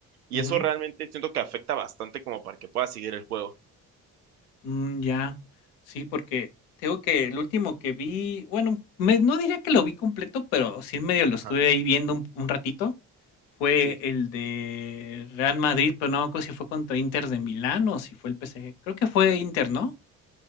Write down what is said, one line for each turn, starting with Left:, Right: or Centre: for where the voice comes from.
Right: Y
Left: ujú.
Right: eso realmente siento que afecta bastante como para que puedas seguir el juego.
Left: Mm, ya. Sí, porque tengo que el último que vi, bueno, me- no diría que lo vi completo, pero sí medio lo
Right: Ajá,
Left: estuve ahí viendo un, un ratito. Fue
Right: sí.
Left: el de Real Madrid, pero no me acuerdo si fue contra Inter de Milán o si fue el PSG. Creo que fue Inter, ¿no?